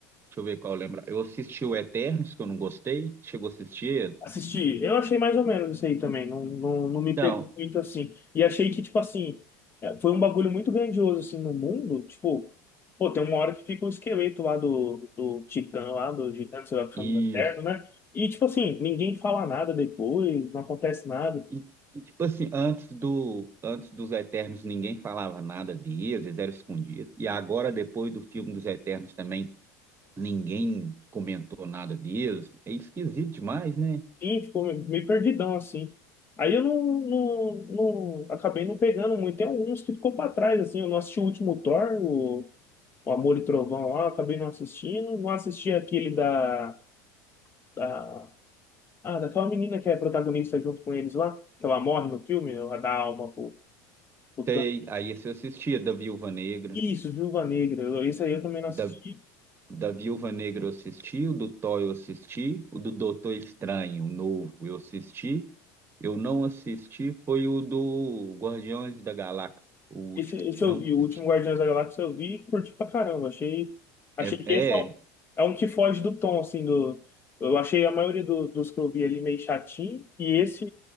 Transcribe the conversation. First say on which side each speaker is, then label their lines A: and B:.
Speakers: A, on the right; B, on the left.
A: Deixa eu ver qual eu lembro. Eu assisti o Eternos, que eu não gostei. Chegou a assistir ele?
B: Assisti. Eu achei mais ou menos isso aí também. Não, não, não me
A: Não,
B: pegou muito assim. E achei que, tipo assim, é, foi um bagulho muito grandioso, assim, no mundo. Tipo, pô, tem uma hora que fica o esqueleto lá do, do Titã, lá do gigante, sei lá, que
A: e,
B: chama do Eterno, né? E, tipo assim, ninguém fala nada depois, não acontece nada.
A: e- e, tipo assim, antes do, antes dos Eternos ninguém falava nada deles, eles eram escondidos. E agora, depois do filme dos Eternos também, ninguém comentou nada deles. É esquisito demais, né?
B: E ficou meio meio perdidão, assim. Aí eu não, não, não- acabei não pegando muito. Tem alguns que ficou pra trás, assim. Eu não assisti o último Thor, o, o Amor e Trovão lá, eu acabei não assistindo. Não assisti aquele da Da, ah, daquela menina que é protagonista junto com eles lá, que ela morre no filme, ela dá alma pro, pro
A: Sei,
B: Thanos.
A: aí você assistia da Viúva Negra.
B: Isso, Viúva Negra. Eu- Esse aí eu também não
A: da
B: assisti.
A: Da Viúva Negra eu assisti, o do Thor eu assisti, o do Doutor Estranho, o novo, eu assisti. Eu não assisti, foi o do Guardiões da Galáxia, o último,
B: Esse, esse
A: eu
B: eu
A: não
B: vi,
A: assisti.
B: o último Guardiões da Galáxia eu vi e curti pra caramba. Achei, achei
A: É,
B: que
A: é?
B: esse é um, é um que foge do tom, assim, do. Eu achei a maioria do- dos que eu vi ali meio chatinho, e esse